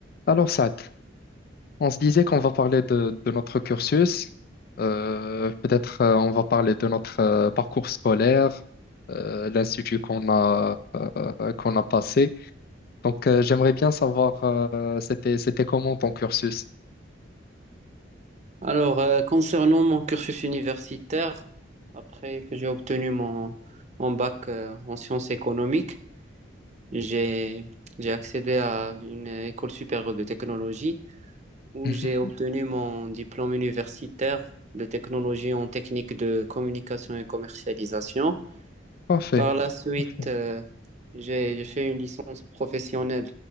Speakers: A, on the left; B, on the right.
A: Alors, Saad, on se disait qu'on va parler de, de notre cursus. Euh, peut-être euh, on va parler de notre euh, parcours scolaire, euh, l'institut qu'on a, euh, qu'on a passé. Donc, euh, j'aimerais bien savoir, euh, c'était, c'était comment ton cursus?
B: Alors, euh, concernant mon cursus universitaire, après que j'ai obtenu mon, mon bac euh, en sciences économiques, j'ai, j'ai accédé à une école supérieure de technologie où
A: Mhm.
B: j'ai obtenu mon diplôme universitaire de technologie en technique de communication et commercialisation.
A: Parfait.
B: Par la suite,
A: Parfait.
B: euh, j'ai, j'ai fait une licence professionnelle